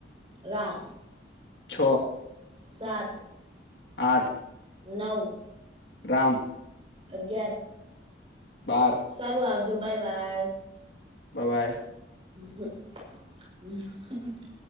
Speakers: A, on the right; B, on the left.
A: રામ
B: છ
A: સાત
B: આઠ
A: નવ
B: રામ
A: અગિયાર
B: બાર
A: સારું આવજો બાય બાય
B: બબાઈ
A: <unintelligible>